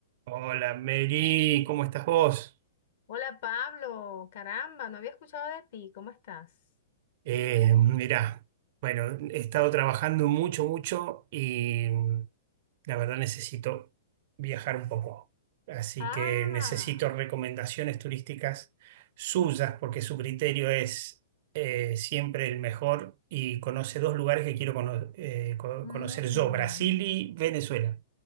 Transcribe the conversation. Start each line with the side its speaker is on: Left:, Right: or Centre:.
Right: Hola, Mary, ¿cómo estás vos?
Left: Hola Pablo, caramba, no había escuchado de ti, ¿cómo estás?
Right: Eh, mirá, bueno, he estado trabajando mucho, mucho y mm, la verdad necesito viajar un poco. Así
Left: Ah,
Right: que necesito recomendaciones turísticas suyas porque su criterio es eh, siempre el mejor y conoce dos lugares que quiero cono- eh, co-
Left: mm,
Right: conocer yo, Brasil y Venezuela.